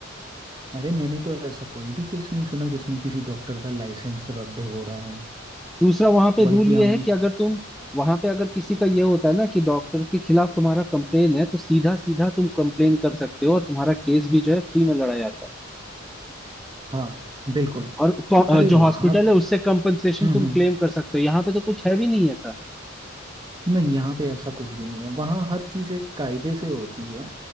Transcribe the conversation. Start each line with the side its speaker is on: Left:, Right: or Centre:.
Right: अरे मैंने तो ऐसा कोई भी केस नहीं सुना जिसमें किसी डॉक्टर का लाइसेंस रद्द हो रहा है
Centre: दूसरा वहां पे
Right: बल्कि
Centre: रूल ये
Right: हम
Centre: है कि अगर तुम वहां पे अगर किसी का ये होता है ना कि डॉक्टर के खिलाफ तुम्हारा कंप्लेन है तो सीधा सीधा तुम कंप्लेन कर सकते हो और तुम्हारा केस भी जो है फ्री में लड़ा जाता है
Right: हाँ बिल्कुल
Centre: और को- अ,
Right: अरे
Centre: जो हॉस्पिटल
Right: वहाँ
Centre: है उससे कंपनसेशन
Right: हम्म
Centre: तुम
Right: हम्म
Centre: क्लेम कर सकते हो यहाँ पे तो कुछ है भी नहीं ऐसा
Right: नहीं यहाँ पे ऐसा कुछ भी नहीं है वहाँ हर चीज़ एक कायदे से होती है